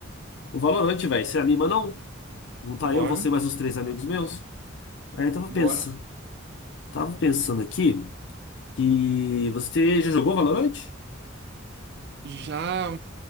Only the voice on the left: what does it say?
o Valorant, velho. Você anima não? Não tá
eu, você mais uns três amigos meus? Aí eu tava
pensando, tava pensando aqui que você já jogou Valorant?